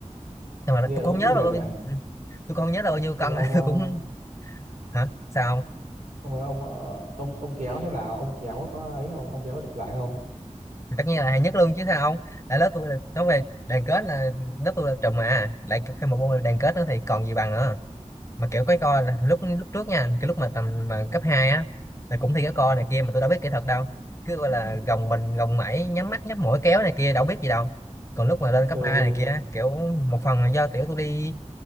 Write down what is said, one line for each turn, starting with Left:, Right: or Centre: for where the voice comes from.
Left: nhưng mà
Right: nghe
Left: nó- tôi
Right: vậy
Left: cũng
Right: cũng
Left: không nhớ
Right: chuyên nghiệp
Left: là bao
Right: nhỉ.
Left: nhiêu ừ, tôi không nhớ là bao nhiêu
Right: Xong
Left: con
Right: rồi ông
Left: <laughs> tôi
Right: ờ,
Left: cũng hả sao không
Right: xong rồi ông ờ, ông ông kéo thế nào? Ông kéo có ấy không? Ông kéo có được giải không?
Left: Thì tất nhiên là hàng nhất luôn chứ sao không tại lớp tôi là nói về đoàn kết là lớp tôi là trùm mà lại thêm một môn là đoàn kết nữa thì còn gì bằng nữa mà kiểu cái co là lúc lúc trước nha cái lúc mà tầm mà cấp 2 á là cũng thi cái co này kia mà tôi đâu biết kỹ thuật đâu cứ gọi
Right: <laughs>
Left: là gồng mình gồng mẩy nhắm mắt nhắm mũi kéo này kia đâu biết gì đâu còn lúc mà lên cấp
Right: ừ
Left: 3 này kia kiểu một phần là do kiểu tôi đi